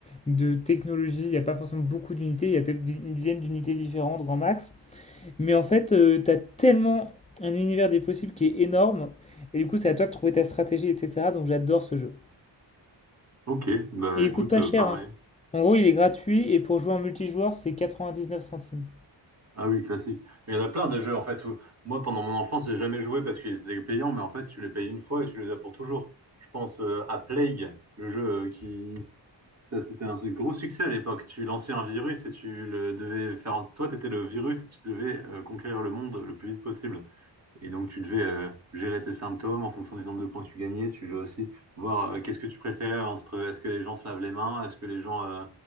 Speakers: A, on the left; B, on the right.
A: de technologies. Il n'y a pas forcément beaucoup d'unités. Il y a peut-être dix- une dizaine d'unités différentes, grand max. Mais en fait, tu as tellement un univers des possibles qui est énorme. Et du coup, c'est à toi de trouver ta stratégie, etc. Donc, j'adore ce jeu.
B: Ok, bah
A: Et il
B: écoute,
A: coûte pas
B: euh,
A: cher,
B: pareil.
A: hein. En gros, il est gratuit et pour jouer en multijoueur, c'est 99 centimes.
B: Ah oui, classique. Mais il y en a plein des jeux en fait où moi pendant mon enfance j'ai jamais joué parce qu'ils étaient payants, mais en fait tu les payes une fois et tu les as pour toujours. Je pense euh, à Plague, le jeu euh, qui ça c'était un gros succès à l'époque. Tu lançais un virus et tu le devais faire. Toi t'étais le virus et tu devais euh, conquérir le monde le plus vite possible. Et donc, tu devais euh, gérer tes symptômes en fonction du nombre de points que tu gagnais. Tu devais aussi voir euh, qu'est-ce que tu préférais entre est-ce que les gens se lavent les mains, est-ce que les gens euh,